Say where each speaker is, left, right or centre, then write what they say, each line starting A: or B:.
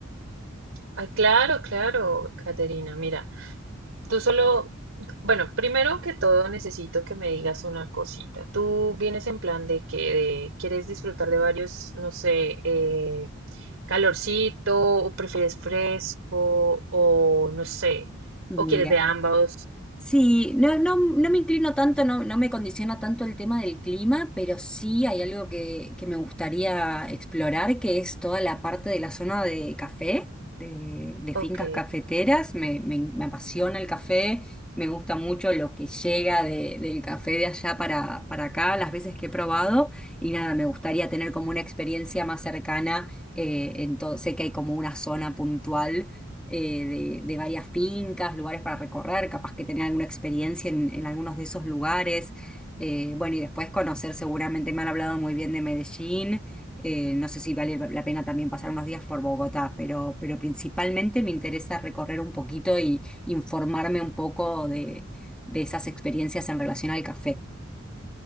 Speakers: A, on the right (about 75°); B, in the centre.
A: Ah, claro, claro, Caterina. Mira, tú solo, bueno, primero que todo necesito que me digas una cosita. Tú vienes en plan de que de- quieres disfrutar de varios, no sé, eh, calorcito, o prefieres fresco, o no sé,
B: Mira.
A: o quieres de ambos.
B: Sí, no, no, no me inclino tanto, no, no me condiciona tanto el tema del clima, pero sí hay algo que, que me gustaría explorar, que es toda la parte de la zona de café, de, de fincas
A: Ok.
B: cafeteras. Me, me- me apasiona el café, me gusta mucho lo que llega de- del café de allá para, para acá, las veces que he probado, y nada, me gustaría tener como una experiencia más cercana, eh, en todo, sé que hay como una zona puntual eh, de, de varias fincas, lugares para recorrer, capaz que tener alguna experiencia en, en algunos de esos lugares. Eh, bueno, y después conocer, seguramente me han hablado muy bien de Medellín. Eh, no sé si vale la pena también pasar unos días por Bogotá, pero, pero principalmente me interesa recorrer un poquito y informarme un poco de, de esas experiencias en relación al café.